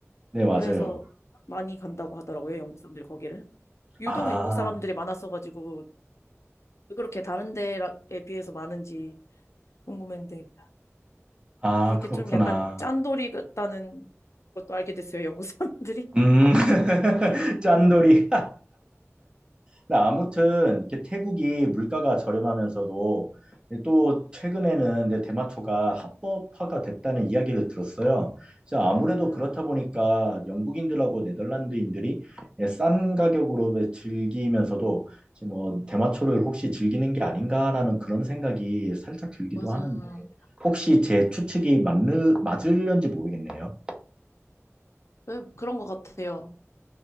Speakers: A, on the right; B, on the left.
A: 네, 맞아요.
B: 그래서 많이 간다고 하더라고요, 영국 사람들이 거기를. 유독
A: 아,
B: 영국 사람들이 많았어가지고, 왜 그렇게 다른 데에 비해서 많은지 궁금했는데,
A: 아,
B: 그렇게
A: 그렇구나.
B: 좀 약간 짠돌이 같다는 것도 알게 됐어요, 영국 사람들이.
A: 음, <laughs> 짠돌이.
B: 네,
A: 근데 아무튼 이렇게 태국이 물가가 저렴하면서도 또 최근에는 내 대마초가 합법화가 됐다는 이야기를 들었어요. 그래서
B: 네,
A: 아무래도
B: 맞아요.
A: 그렇다 보니까 영국인들하고 네덜란드인들이 예, 싼 가격으로 즐기면서도 이제 뭐 대마초를 혹시 즐기는 게 아닌가라는 그런 생각이 살짝 들기도
B: 맞아요.
A: 하는데 혹시 제 추측이 맞는 맞을런지 모르겠네요.
B: 네, 그런 것 같아요.